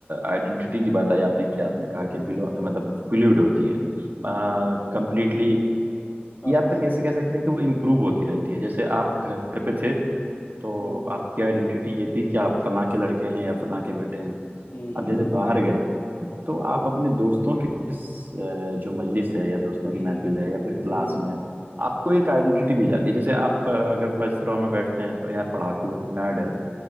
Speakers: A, on the right; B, on the left.
A: आइडेंटिटी की बात आई आपने कि आपने कहा कि बिलो मतलब फ्लूइड होती है कंप्लीटली
B: हम्म, हाँ
A: ये आप
B: कौ-
A: फिर कैसे कह सकते हैं कि वो इम्प्रूव होती रहती है जैसे आप घर पे थे तो
B: हम्म,
A: आपकी आइडेंटिटी ये थी कि आप फलां के लड़के हैं या फलां के बेटे हैं
B: हम्म,
A: आप जैसे बाहर गए तो आप अपने दोस्तों के इस, अ, जो मजलिस है या दोस्तों
B: हम्म,
A: की महफिल है या फिर क्लास
B: हम्म,
A: में आपको एक आइडेंटिटी दी जाती है जैसे आप अ, अगर फर्स्ट रो में बैठते हैं तो यार पढ़ाकू है नर्ड है